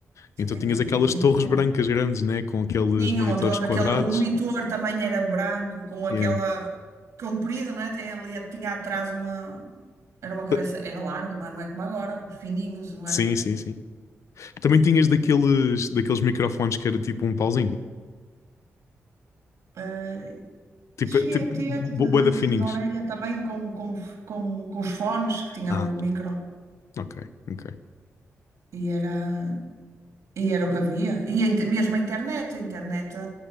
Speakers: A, on the right; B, on the left.
A: já
B: Então
A: tenho
B: tinhas
A: 38.
B: aquelas torres brancas grandes, né? Com aqueles
A: tinham
B: monitores
A: a torre,
B: quadrados.
A: aquela, o monitor também era branco, com aquela
B: Yeah.
A: comprida, não é? Tem ali, tinha atrás uma. Era uma cabeça,
B: T-
A: era largo, não é? Não é como agora, os fininhos, não
B: Sim,
A: era?
B: sim, sim. Também tinhas
A: É, Ainda.
B: daqueles, daqueles microfones que era tipo um pauzinho.
A: Eh,
B: Tipo,
A: cheguei
B: tipo
A: a ter
B: bo-
A: de, de,
B: bué da fininhos.
A: de- de orelha também com, com, com, com os fones que tinha
B: Ah,
A: o micro
B: ok, ok.
A: e era, e era o que havia. E a inter- mesmo a internet, a internet eh,